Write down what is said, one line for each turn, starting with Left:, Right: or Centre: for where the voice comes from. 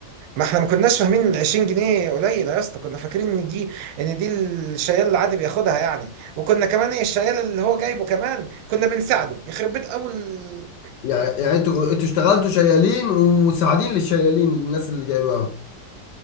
Right: ما احنا ما كناش فاهمين ال 20 جنيه قليله يا اسطى كنا فاكرين ان دي ان دي الشيال العادي بياخدها يعني وكنا كمان ايه الشيال اللي هو جايبه كمان كنا بنساعده يخرب بيت اول
Left: يعني يعني انتوا انتوا اشتغلتوا شيالين ومساعدين للشيالين للناس اللي جايباهم